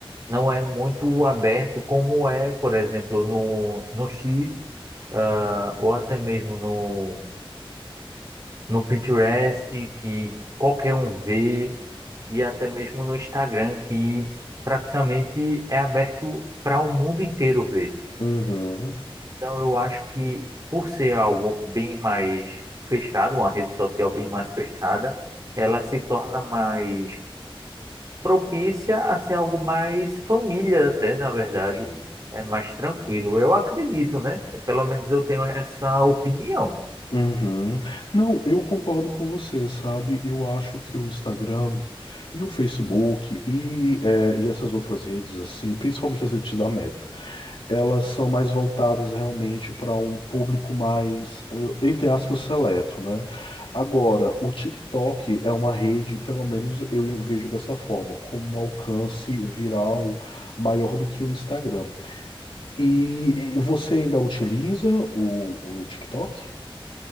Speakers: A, on the right (about 35°); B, on the left (about 60°).
A: não é muito aberto como é, por exemplo, no, no X, ah, ou até mesmo no, no Pinterest, que qualquer um vê e até mesmo no Instagram, que praticamente é aberto para o mundo inteiro ver.
B: uhum,
A: Então, eu acho que por ser algo bem mais fechado, uma rede social bem mais fechada, ela se torna mais propícia a ser algo mais família, até na verdade,
B: Entendi.
A: é mais tranquilo. Eu acredito, né? Pelo menos eu tenho essa opinião.
B: Uhum. Não, eu concordo com você, sabe? Eu acho que o Instagram e o Facebook e, eh, e essas outras redes, assim, principalmente as redes da Meta. elas são mais voltadas realmente para um público mais, eh, entre aspas, seleto, né? Agora, o TikTok é uma rede, pelo menos eu vejo dessa forma, com um alcance viral maior do que o Instagram. E e você ainda utiliza o, o TikTok?